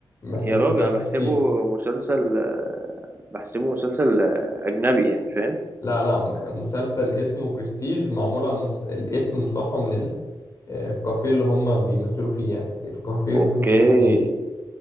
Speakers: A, on the left; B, on the right.
A: بس
B: يا
A: مش
B: راجل
A: ده
B: انا
A: برستيج
B: بحسبه مسلسل آه، بحسبه مسلسل آه، اجنبي يعني فاهم
A: لا لا م- مسلسل اسمه برستيج معمول عن مس... الاسم مصحى من ال... آه، الكافيه اللي هم بيمثلوا فيه يعني الكافيه
B: اوكي
A: اسمه برستيج